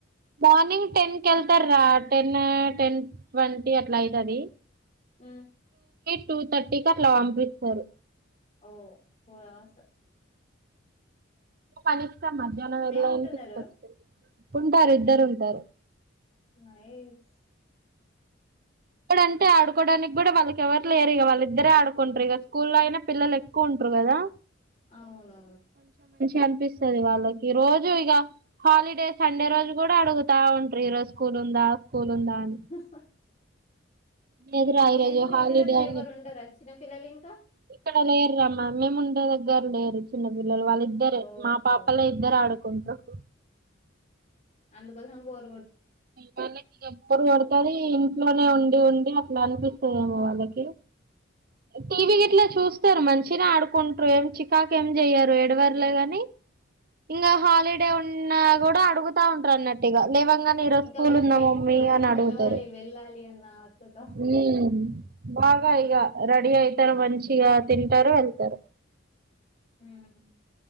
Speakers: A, on the right; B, on the left.
A: మార్నింగ్ టెన్ కి వెళ్తారు రా టెన్ టెన్ ట్వంటీ అట్లా అయితది
B: ఉ
A: టూ థర్టీ కి అట్లా పంపిస్తారు
B: ఓ ఫస
A: పని ఇస్తాం మధ్యాహ్నం వెళ్ళ
B: ఉంటున్నారు
A: అని తీసుకొచ్చేది ఉంటారు ఇద్దరు ఉంటారు
B: నైస్
A: ఇప్పుడు అంటే ఆడుకోడానికి కూడా వాళ్ళకి ఎవరు లేరు ఇగ వాళ్ళిద్దరే ఆడుకుంటారు ఇక స్కూల్లో అయినా పిల్లలు ఎక్కువ ఉన్ ప్రు కదా
B: అవునా
A: కనిపిస్తాది వాళ్ళకి రోజు ఇగ హాలిడే సండే రోజు కూడా అడుగుతా ఉంటారు ఈరోజు స్కూ ల్ ఉందా స్కూల్ ఉందా అని
B: సస్తా
A: లేదురా ఈరోజు
B: ఎందుకు
A: హాలిడే
B: ఇంటి దగ్గర
A: అని
B: ఎవరు
A: చెప్తా
B: ఉండరా చిన్న పిల్లలు ఇంకా
A: ఇక్కడ లేర్రామ్మా మేము ఉండే ఇదరు లేరు చిన్న పిల్లలు వాళ్ళ ఇద్దరే
B: ఓహో
A: మా పాపలే ఇద్దరు ఆడుకుంటారు
B: అందుకోసం గోర్
A: వాళ్లకి ఇగా బోర్ కొడతాది ఇంట్లోనే ఉండి ఉండి అట్లా అనిపి స్తదేమో వాళ్ళకి టీవీ గిట్లా చూస్తారు మంచిగనే ఆడుకుంటారు ఏం చికాకు ఏం చెయ్యారు ఎడవర్లే గాని ఇంగ హాలిడే ఉన్నా గుడా అడుగుతా ఉంటారు అన్నట్టు ఇగా లేవంగానే ఈరో
B: ఇంకా
A: స్కూల్
B: వాళ్ళ
A: ఉందా
B: ఫ్రెండ్స్
A: మమ్మీ
B: వాళ్ళతో
A: అని అడుగుతారు
B: కలవాలి వెళ్ళాలి అన్న ఆతృత
A: ఉహ్మ్ బాగా ఇగ రెడీ అయితారు మంచిగా తింటారు వెళ్తారు
B: ఉమ్మ్